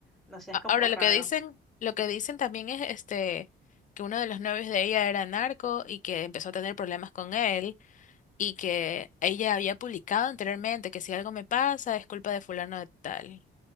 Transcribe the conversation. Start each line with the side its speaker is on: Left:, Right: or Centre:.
Centre: no sé, es
Left: A-
Centre: como
Left: Ahora
Centre: raro.
Left: lo que dicen, lo que dicen también es este que uno de los novios de ella era narco y que empezó a tener problemas con él. y que ella había publicado anteriormente que si algo me pasa es culpa de fulano de tal.